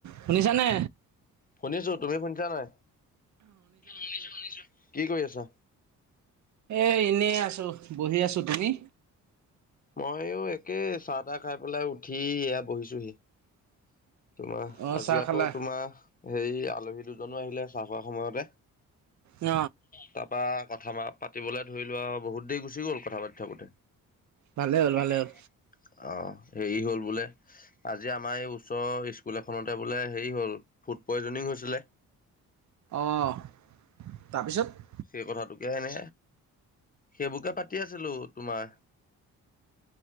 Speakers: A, on the right; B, on the left.
A: শুনিছানে?
B: শুনিছো তুমি শুনছা নাই, শুনিছো - শুনিছো কি কৰি আছা?
A: এই এনেই আছো বহি আছো তুমি?
B: মইয়ো একে চাহ তাহ খাই পেলাই উঠি এইয়া বহিছো। তোমাৰ
A: অ'
B: আজি
A: চাহ
B: আকৌ
A: খালা?
B: তোমাৰ হেৰি আলহী দুজনো আহিলে চাহ খোৱা সময়তে
A: ন।
B: তাৰপা কথা পাতিবলে ধৰি লোৱা আৰু বহুত দেৰি গুচি গ'ল কথা পাতি থাকোতে।
A: ভালে হ'ল
B: <unintelligible>
A: ভালে হ'ল।
B: অহ, হেৰি হ'ল বোলে আজি আমাৰ এই ওচৰৰ স্কুল এখনতে বোলে হেৰি হ'ল ফুড পয়জনিং হৈছিলে। <inaudible>
A: অঁ তাৰপিছত
B: সেই কথাটোকে এনে সেইবোৰকে পাতি আছিলো তোমাৰ। <inaudible>